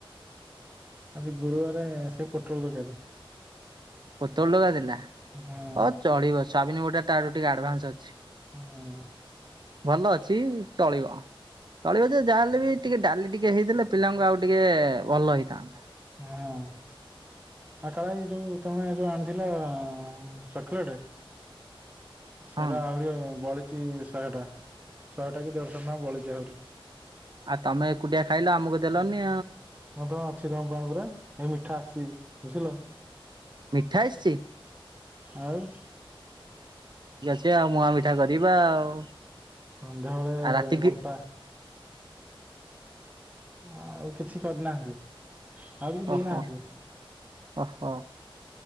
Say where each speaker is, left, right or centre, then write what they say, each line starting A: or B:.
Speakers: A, on the right (about 15°); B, on the right (about 50°).
A: ଆଜି ଗୁରୁବାର ସେ ପୋଟଳ ତରକାରୀ।
B: ପୋତଳ ଟଗା ଦେଲା
A: ହଁ
B: ହଉ ଚଳିବ ସ୍ୱାବିନ ଗୋଟା ଟ ଟିକେ ଆଡ଼ଭାନ୍ସ ଅଛି।
A: ହୁଁ
B: ଭଲ ଅଛି ଚଳିବ। ଚଳିବ ଯେ ଯାହାହେଲେ ବି ଟିକେ ଡ଼ାଲି ଟିକେ ହେଇଥିଲେ ପିଲାଙ୍କୁ ଆଉ ଟିକେ ଭଲ ହେଇଥାନ୍ତା।
A: ହୁଁ। ଆ କାଳାଇ ଯୋଉ ତମେ ଯୋଉ ଆଣିଥିଲ ଚକୋଲେଟ ସେଟା
B: ହଁ
A: ଆହୁରି ବଳିଛି ଶହେଟା ଶହେଟା କି ଦେଢ଼ଶହ ଙ୍କ ବଳିଛି ଆହୁରି।
B: ଆଉ ତମେ ଏକୁଟିଆ ଖାଇଲ ଆମକୁ ଦେଲନି।
A: ହଁ ତମ ଅଛି ତମ ପାଇଁ ପରା ଏ ମିଠା ଆସିଛି ବୁଝିଲ।
B: ମିଠା ଆସିଚି।
A: ଆଉ
B: ଯିବା ମୁହାଁ ମିଠା କରିବା ଆଉ।
A: ସନ୍ଧ୍ୟାବେଳେ
B: ଆଉ ରାତିକି
A: ବଣ୍ଟା ଆଉ କିଛି କରିନାହାନ୍ତି ଆଉ କିଛି ଦେଇନାହାନ୍ତି।
B: ଓହୋ ଓହୋ